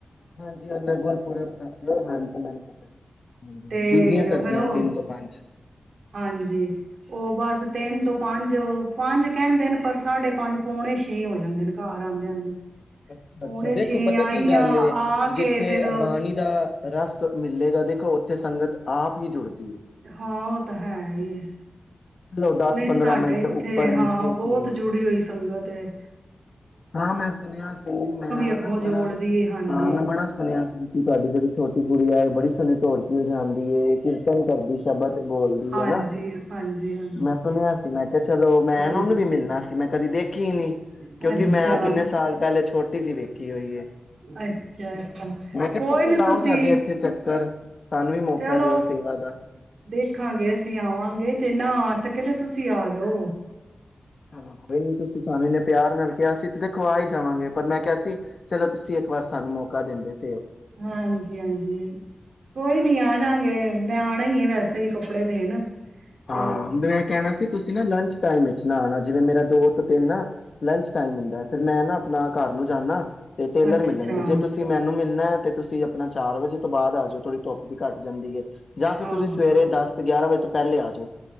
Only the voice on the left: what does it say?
ਹਾਂਜੀ ਹੁੰਦਾ ਗੁਰਪੁਰਬ ਤੱਕ, ਹਾਂਜੀ ਮੈਨੂੰ ਪਤਾ
ਬੀਬੀਆਂ ਕਰਦੀਆਂ
ਤਿੰਨ ਤੋਂ ਪੰਜ।
ਅੱਛਾ
ਅੱਛਾ
ਦੇਖੋ ਪਤਾ
ਕੀ ਗੱਲ
ਜਿੱਥੇ
ਬਾਣੀ ਦਾ ਰਸ ਮਿਲੇਗਾ ਦੇਖੋ ਉਥੇ ਸੰਗਤ ਆਪ ਹੀ ਜੁੜਦੀ ਹੈ
ਚਲੋ ਦਸ
ਪੰਦਰਾਂ
ਮਿੰਟ
ਉੱਪਰ ਨੀਚੇ
ਕੀ
ਹਾਂ ਮੈਂ ਸੁਣਿਆ ਸੀ, ਮੈਂ
ਨਾ
ਬੜਾ
ਹਾਂ ਮੈਂ ਬੜਾ ਸੁਣਿਆ ਸੀ ਕਿ ਤੁਹਾਡੀ ਜਿਹੜੀ ਛੋਟੀ ਗੁੜੀਆ ਹੈ। ਬੜੀ ਸੋਹਣੀ ਢੋਲਕੀ ਵਜਾਂਦੀ ਏ ਕੀਰਤਨ ਕਰਦੀ ਸ਼ਬਦ ਬੋਲਦੀ
ਹੈ ਨਾ
ਮੈਂ ਸੁਣਿਆ ਸੀ, ਮੈਂ ਕਿਹਾ ਚਲੋ ਮੈਂ
ਨਾ ਉਹਨੂੰ ਵੀ ਮਿਲਣਾ ਸੀ ਮੈਂ ਕਦੀ ਦੇਖੀ ਹੀ ਨਹੀਂ।
ਕਿਉਂਕਿ ਮੈਂ ਕਿੰਨੇ ਸਾਲ ਪਹਿਲੇ ਛੋਟੀ ਜਿਹੀ ਵੇਖੀ ਹੋਈ ਹੈ
ਮੈਂ ਕਿਹਾ
ਲਾਓ
ਸਾਡੇ ਇੱਥੇ ਚੱਕਰ ਸਾਨੂੰ ਵੀ ਮੌਕਾ
ਦਿਓ
ਸੇਵਾ ਦਾ
ਚਲੋ ਕੋਈ ਨੀ ਤੁਸੀਂ ਸਾਨੂੰ ਇਨੇ ਪਿਆਰ ਨਾਲ ਤੇ ਅਸੀਂ ਦੇਖੋ ਆ ਹੀ ਜਾਵਾਂਗੇ ਪਰ ਮੈਂ ਕਿਹਾ ਸੀ ਚਲੋ ਤੁਸੀਂ ਇੱਕ ਵਾਰ ਸਾਨੂੰ ਮੌਕਾ ਦਿੰਦੇ ਹੋ।
ਹਾਂ
ਮੈਂ ਕਹਿਣਾ ਸੀ, ਤੁਸੀਂ ਨਾ ਲੰਚ ਟਾਈਮ ਵਿੱਚ ਨਾ ਆਉਣਾ ਜਿਵੇਂ ਮੇਰਾ ਦੋ ਤੋਂ ਤਿੰਨ ਨਾ ਲੰਚ ਟਾਈਮ ਹੁੰਦਾ ਫਿਰ ਮੈਂ ਨਾ ਆਪਣਾ ਘਰ ਨੂੰ ਜਾਂਦਾ ਤੇ ਟੇਲਰ
ਮਿਲਣਗੇ
ਜੇ ਤੁਸੀਂ ਮੈਨੂੰ ਮਿਲਣਾ ਤੇ ਤੁਸੀਂ ਆਪਣਾ ਚਾਰ ਵਜੇ ਤੋਂ ਬਾਅਦ ਆ ਜਾਓ ਥੋੜੀ ਧੁੱਪ ਵੀ ਘੱਟ ਜਾਂਦੀ ਹੈ ਜਾਂ ਫਿਰ
ਤੁਸੀਂ ਸਵੇਰੇ ਦਸ, ਗਿਆਰਾਂ ਵਜੇ ਤੋਂ ਪਹਿਲੇ ਆ ਆ ਜੋ।